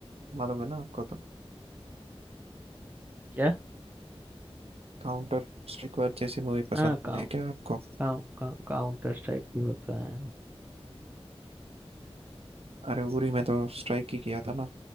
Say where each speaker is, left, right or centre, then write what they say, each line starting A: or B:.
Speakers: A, on the right (about 70°); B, on the right (about 15°).
A: मालूम है ना आपको तो
B: क्या
A: काउंटर स्ट्राइक वार जैसी मूवी पसंद
B: हाँ काउ
A: है क्या आपको
B: काउ काउ काउंटर स्ट्राइक भी होता है
A: अरे उरी में तो स्ट्राइक ही किया था ना